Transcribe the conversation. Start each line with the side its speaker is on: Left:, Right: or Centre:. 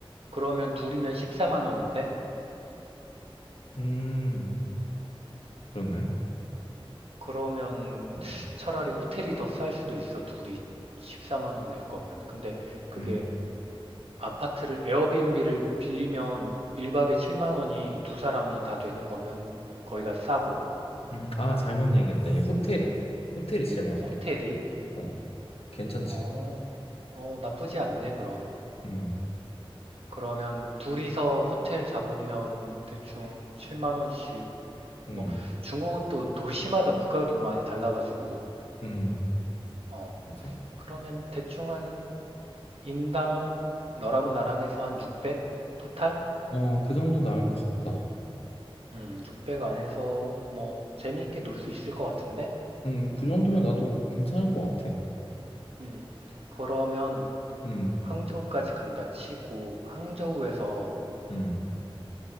Right: 그러면 둘이면 14만 원인데?
Left: 음, 그렇네.
Right: 그러면
Left: 네.
Right: 차라리 호텔이 더 쌀 수도 있어. 둘이 14만 원 낼 거면. 근데 그게
Left: 음,
Right: 아파트를 에어비앤비를 빌리면 1박에 7만 원이 두 사람이 다 되는 거면 거기가 싸고
Left: 음, 아, 잘못 얘기했다. 이 호텔이. 호텔이 7만 원이야.
Right: 호텔이
Left: 어, 괜찮지.
Right: 어, 어, 나쁘지 않네 그럼.
Left: 음,
Right: 그러면 둘이서 호텔 잡으면 대충 7만 원씩
Left: 음,
Right: 뭐 중국은 또 도시마다 물가도 많이 달라가지고
Left: 음,
Right: 어.
Left: 맞아.
Right: 그러면 대충 한 인당 너랑 나랑 에서한 600? 토탈?
Left: 어, 그 정도 나을 것 같다.
Right: 음, 600 안에서 뭐 재미있게 놀 수 있을 것 같은데?
Left: 음, 그 정도면 나도 괜찮을 것 같아.
Right: 음, 그러면
Left: 음,
Right: 항저우까지 간다 치고 항저우에서
Left: 음.